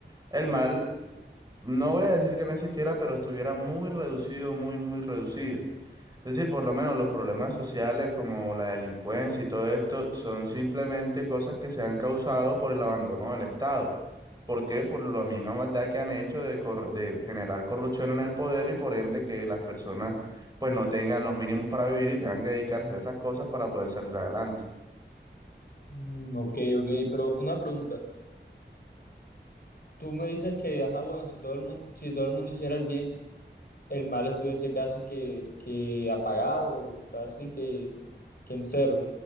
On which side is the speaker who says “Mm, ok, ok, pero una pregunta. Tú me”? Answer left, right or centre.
Left